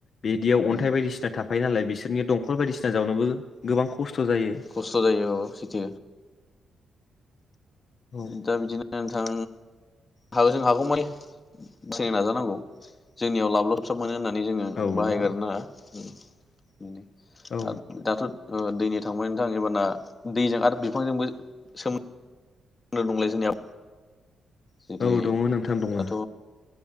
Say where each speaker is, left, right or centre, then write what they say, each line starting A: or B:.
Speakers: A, on the left; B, on the left.
A: बिदियाव
B: उम
A: अन्थाइ बायदिसिना थाफायो नालाय बिसोर नि दंखल बायदिसिना जावनोबो गोबां खस्थ जायो
B: खस्थ' जायो औ औ सिटि
A: औ
B: दा बिदिनो थां हा जों हागौमाय <inaudible> नाजानांगौ जोंनियाव लाबलाबसाब मोनो होननानै जोङो
A: औ
B: बाहायगारनाङा
A: नंगौ नोंथां
B: ओम <inaudible>
A: औ
B: ओ दाथ' ओ दैनि थांबाय नोंथां एबारना दैजों आरो बिफांजोंबो सोम दे बुंलाय जोंनिया जेरै
A: औ दङो नोंथां दङो
B: दाथ'